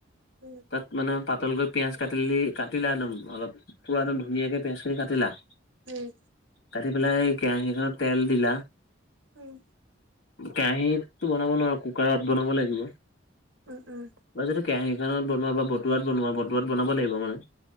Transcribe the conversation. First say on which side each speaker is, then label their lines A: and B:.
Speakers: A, on the right (about 70°); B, on the left (about 55°).
A: উম,
B: তাত মানে পাতলকৈ পিঁয়াজ কাটিলি কাটিলা একদম অলপ পূৰা একদম ধুনীয়াকৈ পিঁয়াজখিনি কাটিলা।
A: উম।
B: কাটি পেলাই কেৰাহীখনত তেল দিলা,
A: উম।
B: কেৰাহীতটো বনাব নোৱাৰো, কুকাৰত বনাব লাগিব।
A: উম উম।
B: বা যদি কেৰাহীখনত বনোৱা, বা বতোৱাত বনোৱা বতোৱাত বনাব লাগিব মানে।